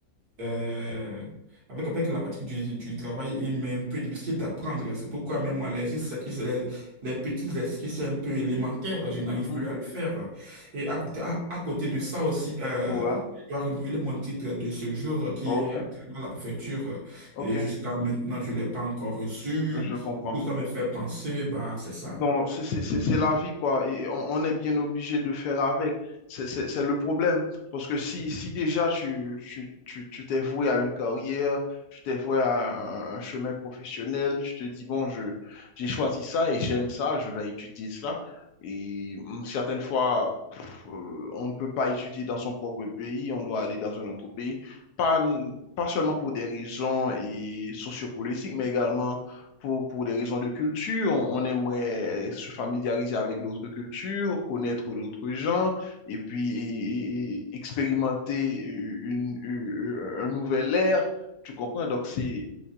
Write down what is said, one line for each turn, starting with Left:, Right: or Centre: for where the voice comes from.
Right: euh, avec, avec la pratique du, du travail, il m'est un peu difficile d'apprendre. C'est pourquoi même moi, les exercices qui sont- les, les petits exercices qui sont un peu élémentaires, je n'arrive
Left: mhm.
Right: plus à le faire. Et à côté, à, à côté de ça aussi, euh,
Left: Ouais,
Right: je dois renouveler mon titre de séjour qui
Left: ok,
Right: est actuellement à la préfecture.
Left: ok,
Right: Et jusqu'à maintenant, je ne l'ai pas encore reçu.
Left: je comprends.
Right: Du coup, ça me fait penser, bah, c'est ça.
Left: Bon, c'est c'est- c'est- c'est la vie, quoi. Et on, on est bien obligé de faire avec. C'est c'est- c'est le problème. Parce que si, si déjà tu, tu, tu, tu t'es voué à une carrière, tu t'es voué à un, un chemin professionnel, tu te dis, bon, je, j'ai choisi ça et j'aime ça, je vais étudier cela. Et hum, certaines fois, pff, euh, on ne peut pas étudier dans son propre pays, on doit aller dans un autre pays. Pas, pas seulement pour des raisons et sociopolitiques, mais également pour, pour des raisons de culture, on, on aimerait se familiariser avec d'autres cultures, connaître d'autres gens et puis et- et- expérimenter une, une- euh, euh, un nouvel air. Tu comprends? Donc, c'est,